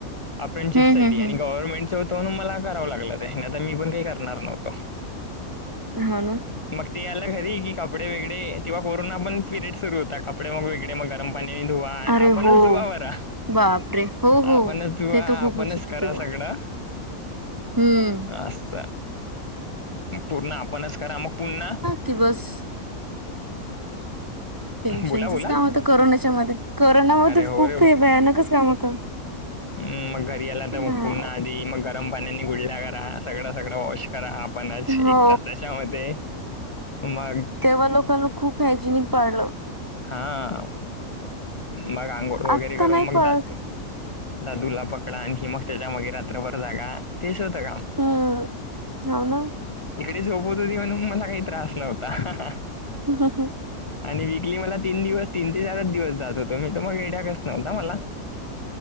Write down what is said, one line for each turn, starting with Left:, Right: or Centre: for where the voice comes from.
Left: आपन चिप्साठीठी
Right: हम्म हम्म
Left: आणि
Right: हम्म
Left: गव्हर्नमेंटचं होतं म्हणून मला करावं लागलं ते नाही आता मी पण काही करणार नव्हतो
Right: हो ना
Left: मग ते याला घरी की कपडे वेगळे तेव्हा कोरोना पण पिरियड सुरू होता कपडे मग वेगळे मग ं पाण्यानी धुवा
Right: अरे
Left: आपणच
Right: हो
Left: धुवा बर
Right: बापरे हो हो
Left: आपणच धुवा
Right: ते
Left: आपणच
Right: तर खूपच होतं
Left: करा
Right: तेव्हा
Left: सगळं
Right: हम्म
Left: अस पूर्ण आपणच करा मग पुन्हा
Right: कि बस टेन्शनचंच
Left: बोला बोला
Right: काम होतं करोना मध्ये करोना म
Left: अरे हो
Right: खूप हे भयानकच काम होतं
Left: ह मग घरी याला तर
Right: हां.
Left: पुन्हा आधी मग गरम पाण्यानी गुडल्या करा सगळं सगळं वॉश करा ह पणच
Right: हो
Left: एक तास त्याच्यामध्ये मग
Right: तेव्हा लोकांना खूप हायजेनिक पाडलं
Left: हा मघ आंघोळ वगैरे
Right: आत्ता
Left: करून
Right: नाही
Left: मग
Right: पाळत
Left: जातो दादूला पकडा आणि हि मग त्याच्या माग रात्रभर जागा तेच काम
Right: हम्म हो ना
Left: इकडे झोपत होती म्हणून मला काही त्रास नव्हता
Right: ह ह
Left: आणि वीकली मला तीन दिवस तीन ते चारच दिवस जात होतो मी तर मग येड्या कस नव्हता मला